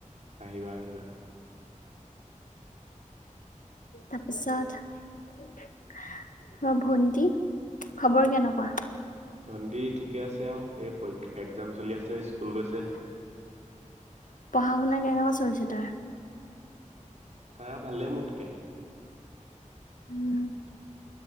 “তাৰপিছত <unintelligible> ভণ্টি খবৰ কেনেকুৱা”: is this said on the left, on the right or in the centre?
Left